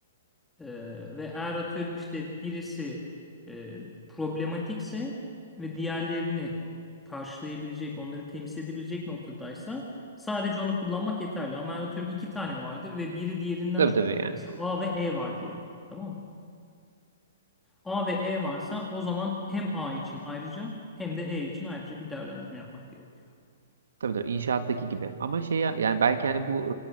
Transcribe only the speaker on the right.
Tabii
tabii
yani.
Tabii tabii inşaattaki gibi. Ama şey ya- yani belki hani bu